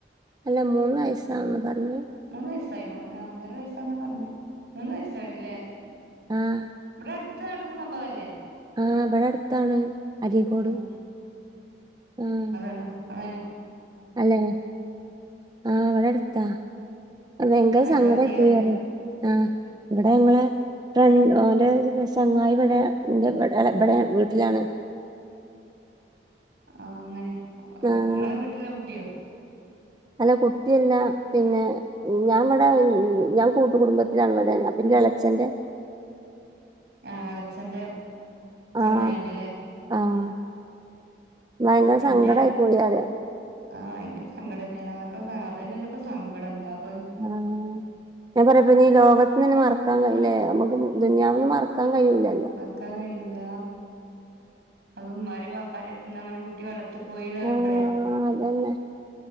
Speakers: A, on the right; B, on the right.
A: അല്ല മൂന്ന് വയസ്സാന്ന പറഞ്ഞത്
B: മൂന്ന് വയസായിണോ ഒ ഒന്നര വയസ്സാന്ന പറഞ്ഞേ. മൂന്ന് വയസ്സായിണ് ല്ലേ
A: ആഹ്
B: ഇവിടെ എര്ത്ത് നടന്ന സംഭവം അല്ലേ?
A: ആഹ് ഇവിടെ അടുത്താണ്. അരീക്കോട്.
B: ആഹ്
A: ആഹ്
B: ആഹ് അതനെ
A: അല്ലെ ആഹ് ഇവിടെ അടുത്താ. അത്‌ ഭയങ്കര
B: അയൽവാസിയേക്കാരല്ലേ
A: സങ്കടയി പോയി പറിയ ആഹ്, ഇവിടെ ഞങ്ങളെ ഫ്രൻ ഓന്റെ ചങ്ങായി ഇവിടെ എന്റെ ഇവിടെ ഇബടെ വീട്ടിലാണ്.
B: ആഹ് അങ്ങനെ
A: ആഹ്
B: ഇങ്ങളെ വീട്ടിലെ കുട്ടിയോ?
A: അല്ല കുട്ടിയല്ല പിന്നെ ഞാൻ ഇവിടെ ഞാൻ കൂട്ടുകടുംബത്തിലാണ് ഇവിടെ അപ്പ എന്റെ എളച്ചന്റെ
B: ആഹ് എളച്ചന്റെ ചങ്ങായിന്റെല്ലേ
A: ആഹ് ആഹ്, ഭയങ്കര
B: ഇന്റെ
A: സങ്കടായി പോയി പറിയ
B: ആഹ് ഭയങ്കര സങ്കടം തന്നെയാണ് അതൊക്കെ അതന്നെയല്ല ഇപ്പ സങ്കടം എന്താപ്പത്
A: ആഹ് ഞാൻ പറിയെപ്പഞ്ഞ് ഈ ലോകത്ത്ന്നന്നെ മറക്കാൻ കഴിയലേ നമുക്ക് ദുനിയാവിന്ന് മറക്കാൻ കഴിയൂലല്ലേ
B: മർ ക്കാൻ കയൂല അതും ഇമ്മാരെ വാപ്പാരെ എര് ഇന്ന് അങ്ങനെ കുട്ടി വെള്ളത്തി പോയിന്ന് പറയുമ്പളേ
A: ആഹ് അതന്നെ